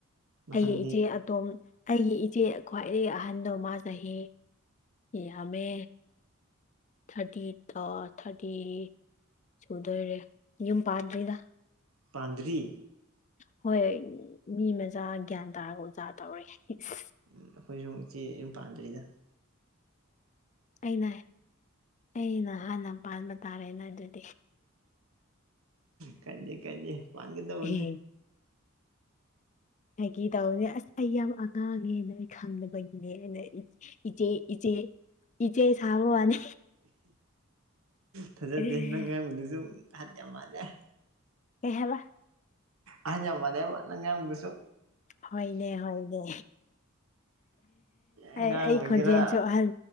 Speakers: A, on the right; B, on the left.
A: ꯃꯊꯪꯗꯤ
B: ꯑꯩ ꯏꯆꯦ ꯑꯇꯣꯝ ꯑꯩꯒꯤ ꯏꯆꯦ ꯈ꯭ꯋꯥꯏꯗꯒꯤ ꯑꯍꯟꯕꯗꯣ ꯃ-ꯆꯍꯤ ꯌꯥꯝꯃꯦ꯫ ꯊꯥꯔꯇꯤ ꯇ ꯊꯥꯔꯇꯤ ꯁꯨꯗꯣꯏꯔꯦ ꯌꯨꯝ ꯄꯥꯟꯗ꯭ꯔꯤꯗ꯫
A: ꯄꯥꯟꯗꯔꯤ?
B: ꯍꯣꯏ ꯃꯤ ꯃꯆꯥ ꯒ꯭ꯌꯥꯟ ꯇꯥꯔꯒ ꯑꯣꯖꯥ ꯇꯧꯔꯦ ꯏꯖ꯫
A: ꯎꯝ ꯑꯩꯈꯣꯏꯁꯨ ꯏꯆꯦ ꯌꯨꯝ ꯄꯥꯟꯗ꯭ꯔꯤꯗ꯫
B: ꯑꯩꯅ-ꯑꯩꯅ ꯍꯥꯟꯅ ꯄꯥꯟꯕ ꯇꯥꯔꯦꯅ ꯑꯗꯨꯗꯤ꯫
A: ꯀꯥꯏꯗꯦ-ꯀꯥꯏꯗꯦ ꯄꯥꯟꯒꯗꯧꯕꯅꯤ꯫
B: ꯑꯦ ꯐꯥꯒꯤ ꯇꯧꯅꯦ ꯑꯁ ꯑꯩ ꯌꯥꯝ ꯑꯉꯥꯡꯅꯦ ꯅꯣꯏ ꯈꯪꯗꯅꯕꯒꯤꯅꯦ ꯑꯩꯅ ꯏꯆꯦ-ꯏꯖꯦ-ꯏꯆꯦ ꯁꯕꯋꯥꯅꯤ꯫
A: ꯐꯖꯗꯦ
B: ꯀꯩ
A: ꯅꯪ ꯉꯥꯡꯕꯗꯨ ꯁꯨꯝ ꯑꯍꯜ ꯌꯥꯝ ꯃꯥꯜꯂꯦ꯫
B: ꯀꯩ-ꯍꯥꯏꯕ꯫
A: ꯑꯍꯜ ꯌꯥꯝ ꯃꯥꯜꯂꯦ ꯍꯥꯏꯕ ꯅꯪ ꯉꯥꯡꯕꯗꯨꯁꯨ꯫
B: ꯍꯣꯏꯅꯦ-ꯍꯣꯏꯅꯦ꯫
A: ꯑꯉꯥꯡ
B: ꯑꯩ ꯑꯩ
A: ꯑꯣꯏꯒꯦꯔꯥ
B: ꯈꯣꯟꯖꯦꯟꯁꯨ ꯑꯍꯟ